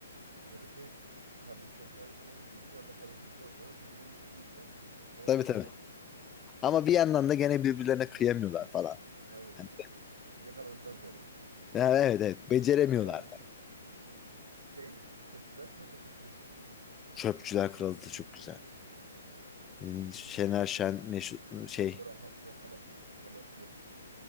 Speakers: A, on the right; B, on the left.
A: Ya da şey kardeşler gayet iyi anlaşıyordu. Bir anda parayı bulduktan sonra birbirlerinin işte uyurken dolandırmaya
B: Tabii tabii.
A: kalkıyor.
B: Ama bir yandan da gene birbirlerine kıyamıyorlar falan.
A: Aynen.
B: Hani,
A: Yakalandıktan sonra.
B: yani evet evet beceremiyorlar
A: Aynen.
B: da.
A: Şey çöpçüler kralı da çok klasik değil mi ya?
B: Çöpçüler Kralı da çok güzel. Hmm, Şener Şen meşhur şey
A: O duvara ha- şey halı asması falan ben hatırlıyorum.